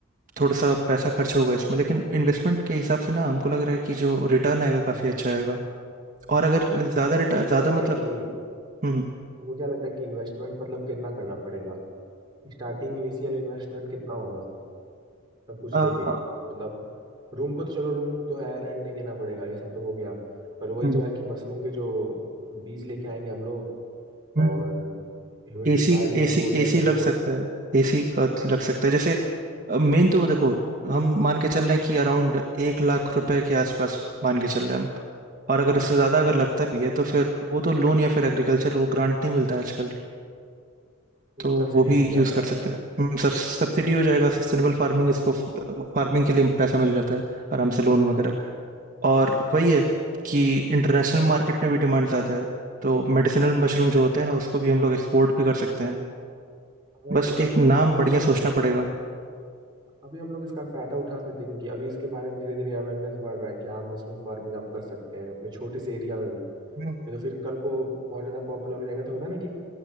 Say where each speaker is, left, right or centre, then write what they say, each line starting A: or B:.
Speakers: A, on the right (about 40°); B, on the right (about 20°).
A: थोड़ा सा पैसा खर्च होगा इसमें लेकिन इन्वेस्टमेंट के हिसाब से ना हमको लग रहा है कि जो रिटर्न आएगा काफी अच्छा आएगा और अगर ज्यादा
B: अगर
A: रिटर्न
B: तुमको
A: ज्यादा
B: क्या लगता
A: मतलब
B: है कि
A: हुँ, हुँ।
B: तुमको क्या लगता है कि इन्वेस्टमेंट मतलब कितना करना पड़ेगा? स्टार्टिंग इनिशियल इन्वेस्टमेंट कितना होगा? सब कुछ
A: अ,
B: लेके मतलब रूम को तो चलो रूम तो है रेंट नहीं देना पड़ेगा ये सब तो हो गया। पर वही
A: हुँ,
B: जो है कि मशरूम के जो बीज लेके आएंगे हम लोग
A: हुँ,
B: और
A: हुँ।
B: ह्यूमिडिफायर
A: एसी
B: जो
A: एसी
B: तुम बोल रहे
A: एसी
B: थे
A: लग
B: वो
A: सकता है, एसी का लग सकता है। जैसे अ, मेन तो वो देखो हम मान के चल रहे हैं कि अराउंड 1 लाख रुपए के आसपास मान के चल रहे हैं हम। और अगर उससे ज़्यादा अगर लगता भी है तो फिर वो तो लोन या फिर एग्रीकल्चर वो ग्रांट नहीं मिलता है आजकल, तो
B: सब्सिडी
A: वो भी
B: मिल
A: यूज़
B: जाता
A: कर
B: है।
A: सकते हैं। हुँ, सब सब्सिडी हो जाएगा सस्टेनेबल फार्मिंग इसको फ फार्मिंग के लिए पैसा मिल जाता है आराम से लोन वगैरह। और वही है कि इंटरनेशनल मार्केट में भी डिमांड ज़्यादा है तो मेडिसिनल मशरूम जो होते हैं ना उसको भी हम लोग एक्सपोर्ट भी कर सकते हैं
B: हाँ भाई
A: बस
B: अभी हम लोग-
A: एक नाम
B: मतलब अभी
A: बढ़िया
B: हम लोग
A: सोचना पड़ेगा
B: अभी हम लोग इसका फायदा उठा सकते हैं क्योंकि अभी इसके बारे में धीरे धीरे अवेयरनेस बढ़ रहा है कि हाँ मशरूम फार्मिंग आप कर सकते हैं अपने छोटे से एरिया में भी
A: हम्म
B: नहीं तो फिर कल को बहुत ज़्यादा पॉपुलर हो जाएगा तो होता है ना कि